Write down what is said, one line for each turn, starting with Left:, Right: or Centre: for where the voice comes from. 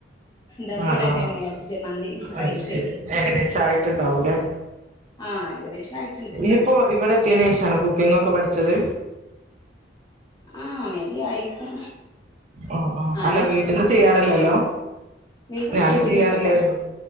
Left: ദമ്മിടട്ടെ
Right: ആഹ് ആഹ്
Left: എന്ന് വിചാരിച്ചിട്ട് മന്തി റൈസേ
Right: അ ശെരി. ഏകദേശ ആയിട്ടുണ്ടാവൂല്ലേ
Left: ആ ഏകദേശം ആയിട്ടുണ്ട്
Right: നീ പ്പോ ഇവിടെത്തിയ്നേഷാണോ കുക്കിംഗ് ഒക്കെ പഠിച്ചത്?
Left: ആഹ് മെബി ആയിരിക്കും
Right: ആ ആ
Left: ആണ്
Right: അല്ല വീട്ടിന്ന് ചെയ്യാറില്ലല്ലോ?
Left: വീട്ടിന്ന്
Right: ഞാനും
Left: ഞാൻ ചെയ്തിട്ടില്ല
Right: ചെയ്യാറില്ലാരുന്നു.